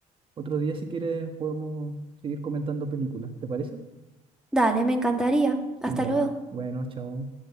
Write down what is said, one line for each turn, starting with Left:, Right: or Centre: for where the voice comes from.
Right: Otro día, si quieres, podemos seguir comentando películas. ¿Te parece?
Centre: Dale, me encantaría. Hasta
Right: Ya,
Centre: luego.
Right: bueno, chao.